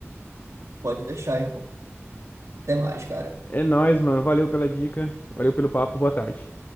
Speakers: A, on the right; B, on the left.
A: Pode deixar, irmão. Até mais, cara.
B: É nóis, mano. Valeu pela dica. Valeu pelo papo. Boa tarde.